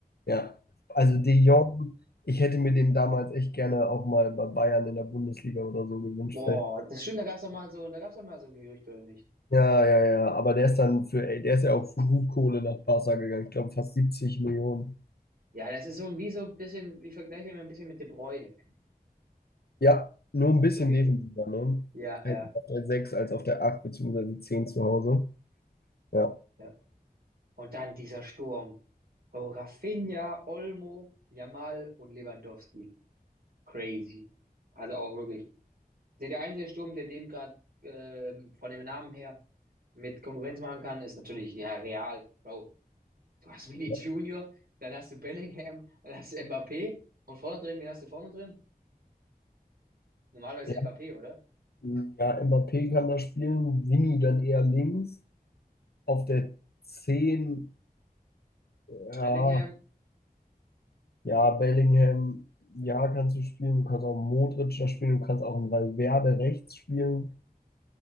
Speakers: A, on the left; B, on the right.
A: Ja, also De Jong, ich hätte mir den damals echt gerne auch mal bei Bayern in der Bundesliga oder so gewünscht.
B: Boah,
A: weil-
B: das stimmt, da gab's doch mal so, da gab's doch mal so ein Gerücht, oder nicht?
A: Ja, ja, ja, aber der ist dann für, ey, der ist ja auch für gut Kohle nach Barca gegangen. Ich glaube fast 70 Millionen.
B: Ja, das ist so ein- wie so ein bisschen, wie vergleiche immer ein bisschen mit De Bruyne, finde ich.
A: Ja, nur ein bisschen
B: So ähnlich.
A: defensiver, ne?
B: Ja, ja,
A: Hätte ich auf der 6 als auf der acht beziehungsweise zehn zu Hause. Ja.
B: ja. Und dann dieser Sturm. Oh, Rafinha, Olmo, Yamal und Lewandowski. Crazy. Also auch wirklich. Der, der einzige Sturm, der dem gerade ähm, von dem Namen her mit Konkurrenz machen kann, ist natürlich, ja, Real. Bro, du hast Vini
A: Ja,
B: Junior, dann hast du Bellingham, dann hast du Mbappé und vorne drin, wen hast du vorne drin? Normalerweise
A: ja,
B: Mbappé, oder?
A: Ja, Mbappé kann da spielen, Vini dann eher links. Auf der zehn ja,
B: Bellingham,
A: Ja, Bellingham, ja, kannst du spielen. Du kannst auch einen Modric da spielen. Du kannst auch einen Valverde rechts spielen.